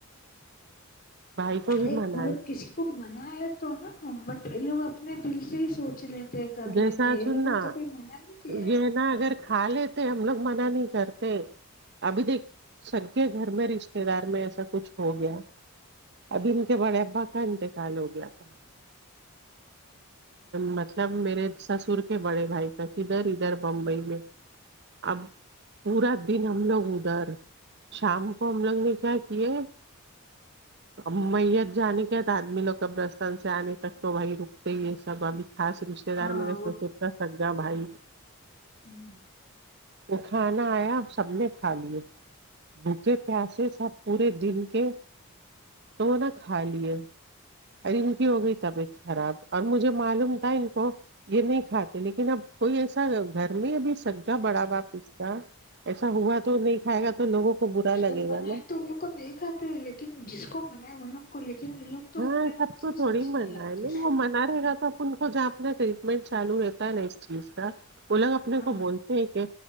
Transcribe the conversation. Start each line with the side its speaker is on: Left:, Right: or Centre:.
Right: بھائی کو بھی
Left: ارے
Right: منع
Left: مطلب
Right: ہے
Left: کسی کو من ہے تو نا بٹ لوگ اپنے دل سے ہی سوچ لیتے کر
Right: جیسا
Left: ل یہ
Right: سننا
Left: ل سے کوئی منا نہیں آئے
Right: یہ اگر ہاں لیتے ہم لوگ منع نہیں کرتے ابھی دیکھ سب کے گھر میں رشتے دار میں ایسا کچھ ہو گیا ابھی ان کے بڑے ابا کا انتقال ہو گیا تھا مت جب میرے سسر کے بڑے بھائی تک ادھر ادھر بمبئی
Left: ہاں
Right: میں اب پورا دن ہم لوگ ادھر شام کو ہم لوگ نے کیا کیے <inaudible> میت جانے کے آدمی لوگ کب دستان سے آنے تک تو وہی رکتے یہ سب ابھی خاص رشتے
Left: ہاں
Right: دار میرے ستا سگا بھائی
Left: ہوں
Right: وہ کھانا آیا سب نے کھا لیا بھوکے پیاسے سب پورے دن کے تو نا کھا لیے ارے ان کی ہو گئی طبیعت خراب اور مجھے معلوم تھا ان کو یہ نہیں کھاتے لیکن اب کوئی ایسا گھر میں ابھی سگا بڑا باپس کا ایسا ہوا تو نہیں کھائے گا تو لوگوں کو برا لگے
Left: اگر منائے
Right: گا نا
Left: تو ان لوگ کو نہیں کہتے لیکن جس کو منائے وہ لوگ کو لیکن ان لوگ تو
Right: ہاں
Left: اپنے من
Right: سب کو
Left: سے
Right: تھوڑی
Left: سوچنے
Right: من
Left: لگتے
Right: ہے نہیں وہ من رہے گا تو ان کو جہ اپنا ٹریٹمنٹ چالو رہتا ہے نا اس چیز کا وہ لگ اپنے
Left: ہاں
Right: کو بولتے ہیں کہ